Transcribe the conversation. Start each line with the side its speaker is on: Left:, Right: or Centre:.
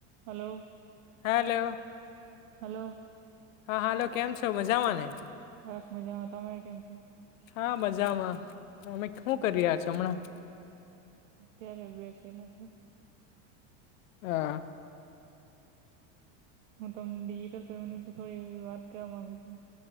Right: Hello.
Left: Hello
Right: hello
Left: હા hello. કેમ છો મજામાંને?
Right: બસ મજામાં. તમે કેમ છો?
Left: હા, મજામાં. તમે હું
Right: હમ.
Left: કરી રહ્યા છો હમણાં?
Right: અત્યારે બેસેલા છે
Left: હા.
Right: હું તમ ડિજિટલ પેમેન્ટ વિશે થોડી વાત કરવા માંગુ છું.